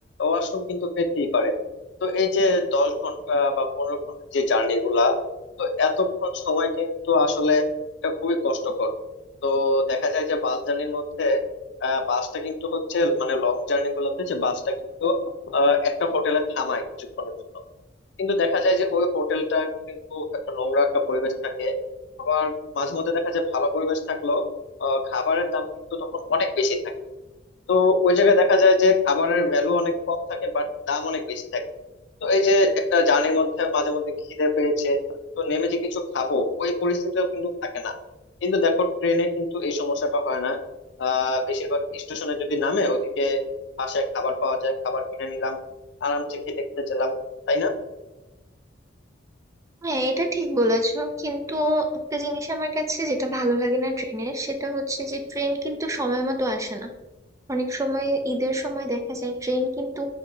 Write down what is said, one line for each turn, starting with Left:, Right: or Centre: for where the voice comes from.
Left: ওয়াশরুম কিন্তু পেতেই পারে তো এই যে দশ ঘন্টা বা পনেরো ঘন্টা যে জার্নি গুলা তো এতক্ষণ সময় কিন্তু আসলে এটা খুবই কষ্টকর তো দেখা যায় যে বাস জার্নির মধ্যে আহ, বাসটা কিন্তু হচ্ছে মানে লং জার্নি গুলোতে যে বাসটা কিন্তু আহ, একটা হোটেলে থামায় কিছুক্ষণের জন্য কিন্তু দেখা যায় যে ওই হোটেলটা কিন্তু একটা নোংরা একটা পরিবেশ থাকে আবার মাঝে মধ্যে দেখা যায় ভালো পরিবেশ থাকলেও আহ, খাবারের দাম কিন্তু তখন অনেক বেশি থাকে তো ওই জায়গায় দেখা যায় যে খাবারের ভ্যালু অনেক কম থাকে বাট দাম অনেক বেশি থাকে তো এই যে একটা জার্নির মধ্যে মাঝে মধ্যে খিদে পেয়েছে তো নেমে যে কিছু খাবো ওই পরিস্থিতিও কিন্তু থাকে না কিন্তু দেখো ট্রেনে কিন্তু এই সমস্যাটা হয় না আহ বেশিরভাগ স্টেশনে যদি নামে ওইদিকে পাশে খাবার পাওয়া যায় খাবার কিনে নিলাম আরামসে খেতে খেতে গেলাম তাই না
Right: হ্যাঁ এটা ঠিক বলেছো কিন্তু একটা জিনিস আমার কাছে যেটা ভালো লাগে না ট্রেনের সেটা হচ্ছে যে ট্রেন কিন্তু সময় মতো আসে না অনেক সময় ঈদের সময় দেখা যায় ট্রেন কিন্তু